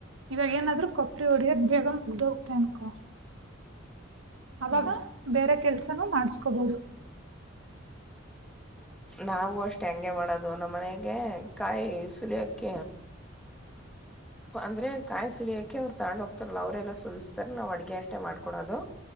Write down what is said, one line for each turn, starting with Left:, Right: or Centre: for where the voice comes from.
Right: ಇವಾಗ ಏನಾದ್ರು ಕೊಪ್ಪರಿ ಹೊಡಿದಾಗ ಬೇಗ ಉದ ತನ್ಕ ಅವಾಗ
Centre: ಹ್ಮ್
Right: ಬೇರೆ ಕೆಲ್ಸ ಮಾಡಿಸಕೋಬಹುದು
Centre: ನಾವು ಅಷ್ಟ್ ಷ್ಟೇ ಅಂಗೆ ಮಾಡೋದು ನಮ್ಮನೆಗೆ ಕಾಯಿ ಸುಲಿಯಕ್ಕೆ ಅಂದ್ರೆ ಕಾಯಿ ಸುಲಿಯಕೆ ಅವ್ರು ತಗೊಂಡ್ ಹೋಗ್ತಾರಲ್ಲ ಅವ್ರೇ ಸುಲಸ್ತಾರೆ ನಾವ್ ಅಡ್ಗೆ ಅಷ್ಟೆ ಮಾಡ್ಕೊಡೋದು